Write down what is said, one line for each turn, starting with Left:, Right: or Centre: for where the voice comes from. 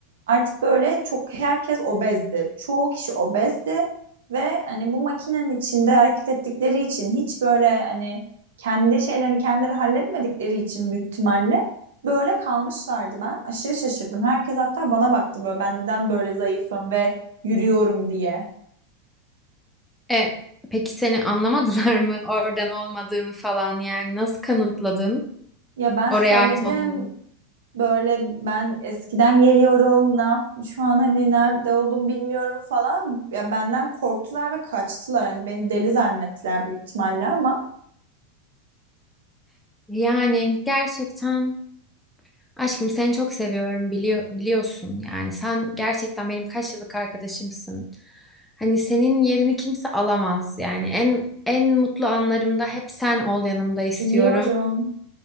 Right: artık böyle çok herkes obezdi. Çoğu kişi obezdi ve hani bu makinenin içinde hareket ettikleri için hiç böyle hani kendi şeylerini kendileri halletmedikleri için büyük ihtimalle Böyle kalmışlardı ben. Aşırı şaşırdım. Herkes hatta bana baktı böyle ben neden böyle zayıfım ve yürüyorum diye.
Centre: E, peki seni anlamadılar mı? Oradan olmadığını falan yani nasıl kanıtladın?
Right: Ya ben
Centre: Oraya
Right: söyledim
Centre: ait olmadığını.
Right: böyle ben eskiden geliyorum. Ne yap şu an hani nerede olduğumu bilmiyorum falan. Ya benden korktular ve kaçtılar. Hani beni deli zannettiler büyük ihtimalle ama
Centre: Yani gerçekten aşkım seni çok seviyorum biliyor, biliyorsun yani sen gerçekten benim kaç yıllık arkadaşımsın. Hani senin yerini kimse alamaz yani en en mutlu anlarımda hep sen ol yanımda istiyorum.
Right: biliyorum.